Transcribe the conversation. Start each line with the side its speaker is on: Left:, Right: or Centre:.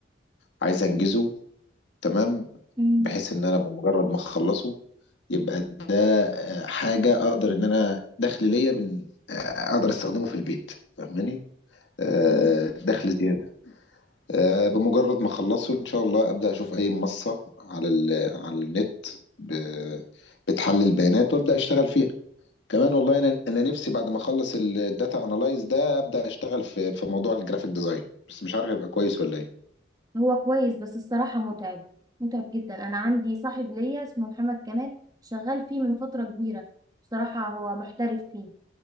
Left: عايز انجزه تمام
Right: مم.
Left: بحيث ان انا بمجرد ما اخلصه يبقى ده آه، حاجه اقدر ان انا دخل ليا بن- آه، اقدر استخدمه في البيت فاهماني آه،
Right: مم.
Left: دخل زياده آه، بمجرد ما اخلصه ان شاء الله ابدا اشوف اي منصه على ال- على النت ب- بتحلل بيانات وابدا اشتغل فيها كمان والله انا انا نفسي بعد ما اخلص الداتا انالايز ده ابدا اشتغل في في موضوع الجرافيك ديزاين بس مش عارف هيبقى كويس ولا ايه
Right: هو كويس بس الصراحة متعب متعب جدا أنا عندي صاحب ليا اسمه محمد كمال شغال فيه من فترة كبيرة بصراحة هو محترف فيه